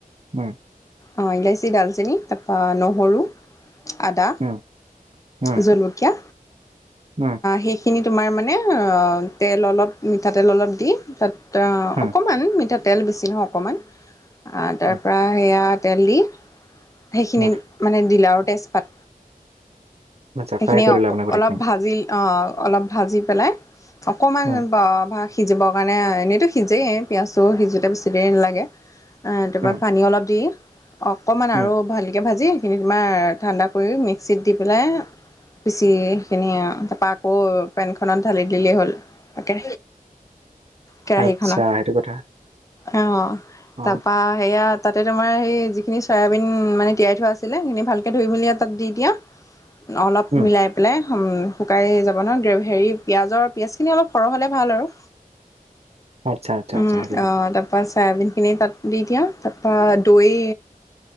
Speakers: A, on the right; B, on the left.
A: উম
B: অঁ ইলাইচি, ডালচেনি- তাৰপৰা নহৰু, আদা,
A: উম উম
B: জলকীয়া,
A: উম
B: সেইখিনি তোমাৰ মানে- তেল অলপ মিঠাতেল অলপ দি তা'ত-
A: উম
B: অকণমান মিঠাতেল বেছি নহয় অকণমান, তাৰপৰা
A: উম
B: সেয়া তেল দি- সেইখিনি
A: উম
B: মানে দিলে আৰু তেজপাত।
A: আচ্ছা
B: সেইখিনি
A: ফ্ৰাই কৰি
B: অ
A: ল'লা মানে গোটেইখিনি
B: অলপ ভাজি আহ অলপ ভাজি পেলাই? অকণমান
A: উম
B: বা সিজিবৰ কাৰণে এনেইতো সিজেই। পিঁয়াজটোও সিজোঁতে বেছি টাইম নালাগে। তাপা
A: উম
B: পানী অলপ দি অকণমান
A: উম
B: আৰু ভালকে ভাজি সেইখিনি তোমাৰ ঠাণ্ডা। কৰি মিক্সিত দি পেলাই। পিচি সেইখিনি তাৰপা আকৌ পেনখনত ঢালি দিলেই হ'ল। তাকে। কেৰাহী
A: আচ্ছা
B: খত
A: সেইটো কথা
B: অ
A: অ
B: তাৰপা সেয়া তাতে ত। তমাৰ সেই যিখিনি চয়াবিন মানে তিয়াই থোৱা আছিলে সেইখিনি ভালকে ধুই মেলি তাত দি দিয়া। অলপ
A: উম
B: মিলাই পেলাই। শুকাই যাব ন হেৰি পিঁয়াজৰ পিঁয়াজখিনি অলপ সৰহ হ'লে ভাল আৰু।
A: আচ্ছা আচ্ছা
B: উম
A: আচ্ছা সেইটো
B: আহ
A: কথা।
B: তাৰ পৰাা চয়াবিন খিনি তাত দি দিয়া তাৰপা দৈ।